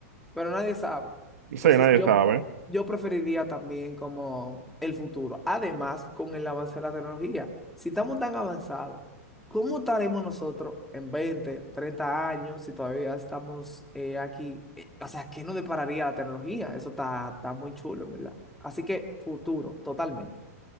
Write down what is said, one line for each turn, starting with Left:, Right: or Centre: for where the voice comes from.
Centre: pero nadie sabe.
Right: Sí,
Centre: Entonces
Right: nadie
Centre: yo,
Right: sabe.
Centre: yo preferiría también como el futuro. Además, con el avance de la tecnología, si estamos tan avanzados, ¿cómo estaremos nosotros en 20 30 años si todavía estamos eh, aquí? Eh, o sea, ¿qué nos depararía la tecnología? Eso está, está muy chulo, en verdad. Así que futuro, totalmente.